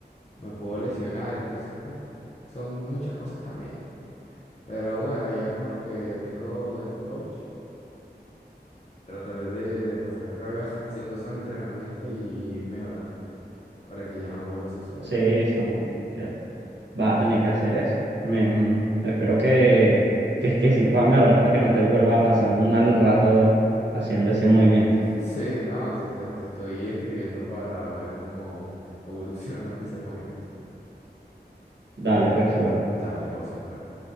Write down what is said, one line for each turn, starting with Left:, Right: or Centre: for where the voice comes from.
Left: me puedo lesionar, entonces eh, son muchas cosas también. Pero bueno, ya con lo que tengo de mi coach, trataré de, de pasar mi rabia <laughs> haciendo esos entrenamientos y ir mejorando para que ya no vuelva a suceder.
Right: Sí, Samuel, que vas a tener que hacer eso. Me, mm, espero que, que que sí pueda mejorar para que no te vuelva a pasar un mal rato haciendo ese movimiento.
Left: Sí, no, te, te- te estoy escribiendo para ver cómo evolucionó en ese movimiento.
Right: Dale, pues, si va.
Left: Dale, José, nos vemos.